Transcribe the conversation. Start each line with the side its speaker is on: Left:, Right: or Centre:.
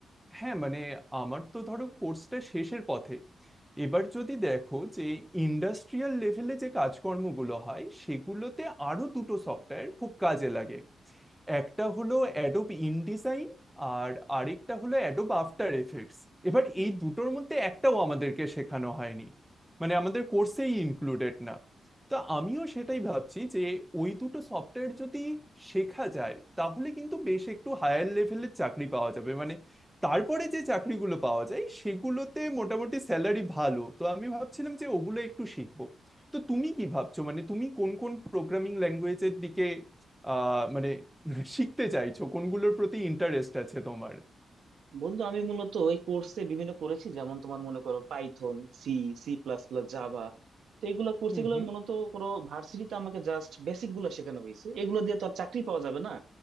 Centre: হ্যাঁ মানে আমার তো ধরো কোর্সটা শেষের পথে এবার যদি দেখো যে ইন্ডাস্ট্রিয়াল লেভেলে যে কাজকর্মগুলো হয় সেগুলোতে আরো দুটো সফটওয়্যার খুব কাজে লাগে একটা হলো অ্যাডোব ইনডিজাইন আর আরেকটা হলো অ্যাডোব আফটার এফেক্টস এবার
Right: হুম
Centre: এই দুটোর মধ্যে একটাও আমাদেরকে শেখানো হয়নি মানে আমাদের কোর্সেই ইনক্লুডেড না তো আমিও সেটাই ভাবছি যে ওই দুটো সফটওয়্যার যদি শেখা যায় তাহলে কিন্তু বেশ একটু হায়ার লেভেলের চাকরি পাওয়া যাবে মানে তারপরে যে চাকরিগুলো পাওয়া যায় সেগুলোতে মোটামুটি স্যালারি ভালো তো আমি ভাবছিলাম যে ওগুলো একটু শিখবো তো তুমি কি ভাবছো মানে তুমি কোন কোন প্রোগ্রামিং ল্যাঙ্গুয়েজের দিকে আহ মানে শিখতে চাইছো কোনগুলোর প্রতি ইন্টারেস্ট আছে তোমার
Right: বন্ধু আমি মূলত এই কোর্সে বিভিন্ন করেছি যেমন তোমার মনে করো Python C C plus plus Java তো এগুলো কোর্স
Centre: হুম
Right: এগুলো
Centre: হুম
Right: মূলত করো ভার্সিটিতে আমাকে জাস্ট বেসিক গুলো শেখানো হয়েছে এগুলো দিয়ে তো আর চাকরি পাওয়া যাবে না